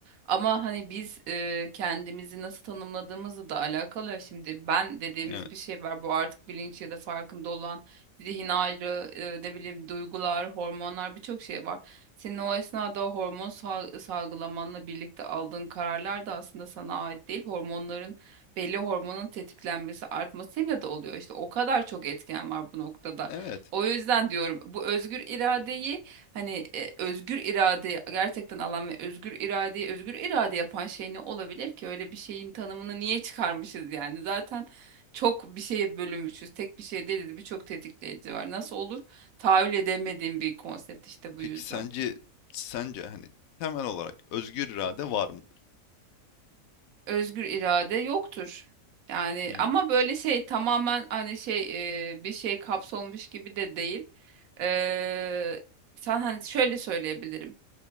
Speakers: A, on the right; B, on the left.
A: Ama hani biz e, kendimizi nasıl tanımladığımızla da alakalı. ya. Şimdi ben dediğimiz
B: Evet.
A: bir şey var. Bu artık bilinç ya da farkında olan zihin ayrı e, ne bileyim duygular, hormonlar birçok şey var. Senin o esnada o hormon sal- salgılamanla birlikte aldığın kararlar da aslında sana ait değil. Hormonların belli hormonun tetiklenmesi artmasıyla da oluyor. İşte o kadar çok etken var bu noktada.
B: Evet.
A: O yüzden diyorum bu özgür iradeyi hani e, özgür iradeyi gerçekten alan ve özgür iradeyi özgür irade yapan şey ne olabilir ki? Öyle bir şeyin tanımını niye çıkarmışız yani? Zaten çok bir şeye bölünmüşüz. Tek bir şey değiliz. Birçok tetikleyici var. Nasıl olur? Tahayyül edemediğim bir konsept işte
B: Peki
A: bu yüzden.
B: sence sence hani temel olarak özgür irade var mıdır?
A: Özgür irade yoktur. Yani
B: Hmm,
A: ama böyle şey tamamen hani şey e, bir şey kapsolmuş gibi de değil. Eee sen hani şöyle söyleyebilirim.